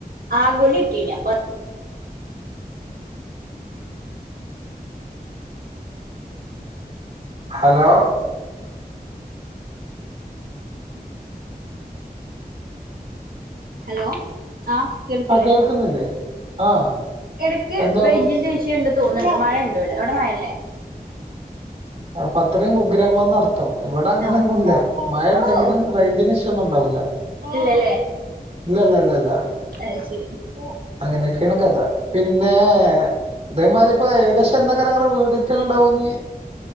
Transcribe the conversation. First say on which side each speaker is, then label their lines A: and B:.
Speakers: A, on the right; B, on the right.
A: ആഗോലി കിട്ടീനെ അപ്പൊ
B: ഹലോ
A: ഹലോ ആ കേൾക്കില്ലേ
B: ആഹ് കേൾക്കുന്നില്ലേ ആഹ്
A: ഇടക്ക്
B: എന്തോ
A: റേഞ്ചിന്റെ
B: കുറച്ച്
A: വിഷയുണ്ട് തോന്ന്ണ്ട് മഴണ്ട് ഇവിടെ അവിടെ മഴല്ലേ
B: അപ്പൊ അത്രയും കുഗ്രാമന്ന് അർത്ഥം ഇവിടെ അങ്ങനൊന്നുല്ല
A: ആഹ് ഓഹ്
B: മഴ ഇണ്ടെങ്കിലും റേഞ്ചിന് വിഷയൊന്നുണ്ടാവില്ല ഇല്ല
A: ഇല്ലല്ലേ
B: ഇല്ല ല്ല ല്ല ല്ല
A: അത് ശരി
B: അങ്ങനെയൊക്കെയാണ്
A: ഉം
B: കഥ പിന്നെ ഇതേമാതിരി ഇപ്പൊ ഏകദേശം എന്നെക്കാരം ഇങ്ങളെ വീട് ഇരിക്കലുണ്ടാവഞ്ഞി